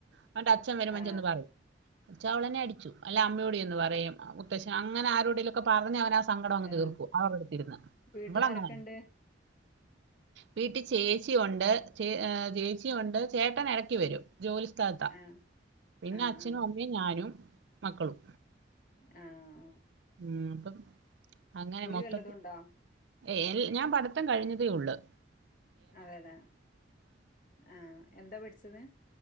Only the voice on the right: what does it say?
അവന്റെ അച്ഛൻ വര്മ്പോ
ചെന്ന് പറയും അച്ഛാ അവളെന്നെ അടിച്ചു അല്ലേ അമ്മയോട് ചെന്ന് പറയും മുത്തശ്ശാ അങ്ങനെ ആരോടെിലൊക്കെ പറഞ്ഞവനാ സങ്കടങ്ങ്
തീർക്കും അവരട്ത്തിരുന്ന്
ഇവള്ങ്ങനെ
അല്ല വീട്ടിൽ ചേച്ചിയുണ്ട് ചേ ചേച്ചിയുണ്ട് ചേട്ടൻ എടക്കി വരും ജോലി സ്ഥലത്താ
പിന്നെ
അച്ഛനും
അമ്മയും ഞാനും മക്കളും
ഉം അപ്പം അങ്ങനെ മൊത്തത്തി
ഏയ് അൽ ഞാൻ പഠ്ത്തം കഴിഞ്ഞതേ ഒള്ള്